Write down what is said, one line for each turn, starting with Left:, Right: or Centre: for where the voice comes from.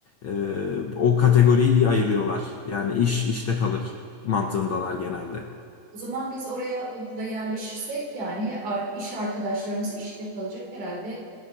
Left: Ee, o kategoriyi iyi ayırıyorlar. Yani iş işte kalır mantığındalar genelde.
Right: O zaman biz oraya olur da yerleşirsek yani ar- iş arkadaşlarımız işte kalacak herhalde